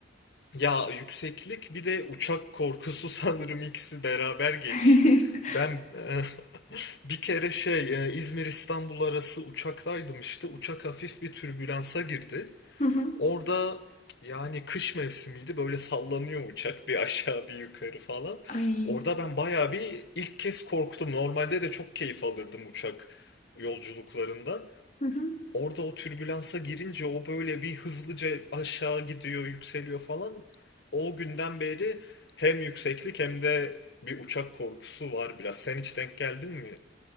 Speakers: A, on the left (about 60°); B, on the left (about 40°).
A: Ya yükseklik bir de uçak korkusu <laughs> sanırım ikisi beraber gelişti.
B: <laughs>
A: Ben e, <laughs> bir kere şey e, İzmir İstanbul arası uçaktaydım işte. Uçak hafif bir türbülansa girdi.
B: Hı hı.
A: Orada yani kış mevsimiydi böyle sallanıyor uçak bir aşağı bir yukarı falan.
B: Ay.
A: Orada ben bayağı bir ilk kez korktum. Normalde de çok keyif alırdım uçak yolculuklarından.
B: Hı hı.
A: Orada o türbülansa girince o böyle bir hızlıca aşağı gidiyor, yükseliyor falan. O günden beri hem yükseklik hem de bir uçak korkusu var biraz. Sen hiç denk geldin mi